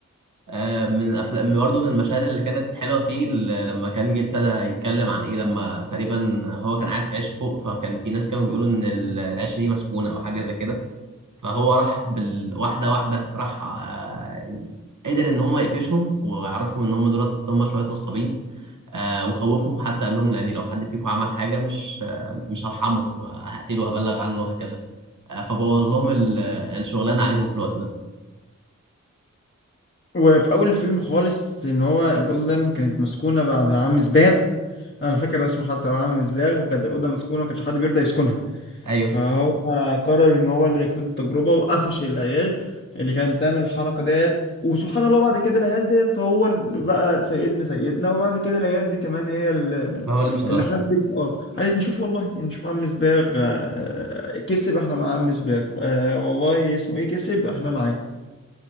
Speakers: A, on the right (about 75°); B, on the left (about 40°).
A: آه من افلام برضه من المشاهد اللي كانت حلوه فيه ال- لما كان جه ابتدى يتكلم عن ايه لما تقريبا هو كان قاعد في عش فوق فكان في ناس كانوا بيقولوا ان ال- العش دي مسكونه او حاجه زي كده فهو راح بالواحده واحده راح آه قدر ان هم يقفشهم ويعرفهم ان هم دولت هم شويه نصابين آه وخوفهم حتى قال لهم لاني لو حد فيكم عمل حاجه مش آه مش هرحمه وهقتله وهبلغ عنه وهكذا آه فبوظ لهم ال- الشغلانه عليهم في الوقت ده
B: وفي اول الفيلم خالص ان هو الاوضه كانت مسكونه بعد عم سباغ انا فاكر اسمه حتى هو عم سباغ وكانت الاوضه مسكونه وما كانش حد بيرضى يسكنها
A: ايوه
B: فهو قرر ان هو اللي يقود التجربه وقفش العيال اللي كانت بتعمل الحركه ديت وسبحان الله بعد كده العيال ديت هو اللي بقى سيدنا سيدنا وبعد كده العيال دي كمان هي اللي
A: ما هو اللي مشغلهم
B: اللي حبت اه قالت نشوف والله نشوف عم سباغ آه، كسب احنا مع عم سباغ آه، والله اسمه ايه كسب احنا معاه